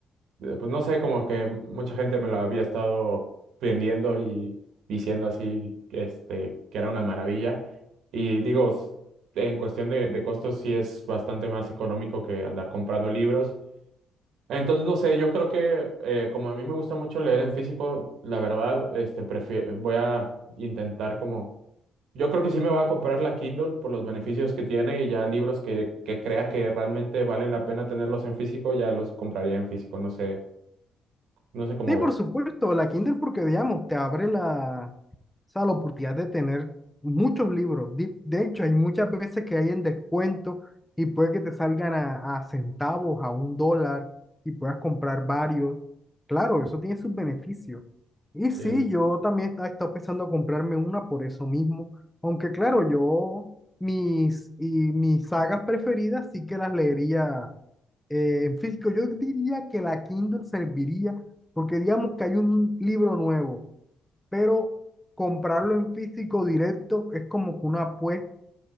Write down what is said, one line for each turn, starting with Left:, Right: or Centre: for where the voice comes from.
Right: eh, pues no sé, como que mucha gente me lo había estado vendiendo y diciendo así que, este, que era una maravilla. Y digo, s- en cuestión de, de costos sí es bastante más económico que andar comprando libros. Entonces, no sé, yo creo que eh, como a mí me gusta mucho leer en físico, la verdad, este, prefi- voy a intentar como... Yo creo que sí me voy a comprar la Kindle por los beneficios que tiene y ya libros que, que crea que realmente valen la pena tenerlos en físico, ya los compraría en físico. No sé, no sé cómo
Centre: Sí,
Right: ves.
Centre: por supuesto, la Kindle porque, digamos, te abre la O sea, la oportunidad de tener muchos libros. Di- De hecho, hay muchas veces que hay en descuento y puede que te salgan a, a centavos, a un dólar y puedas comprar varios. Claro, eso tiene sus beneficios. Y sí,
Right: Sí,
Centre: yo también estaba, estaba pensando comprarme una por eso mismo. Aunque claro, yo mis, y mis sagas preferidas sí que las leería eh, en físico. Yo diría que la Kindle serviría porque digamos que hay un libro nuevo pero comprarlo en físico directo es como que una apuesta